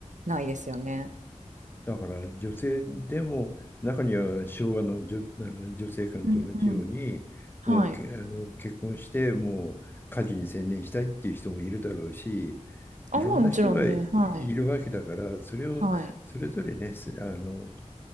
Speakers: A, on the right; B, on the left.
A: ないですよね。
B: だから女性でも中には昭和の女、あの女性間と同じようにもうけ、
A: うんうん。はい。
B: あの結婚してもう家事に専念したいっていう人もいるだろうし
A: あ、
B: いろんな人がい
A: まあもちろんね。はい。
B: るわけだからそれをそれぞれねすあの
A: はい。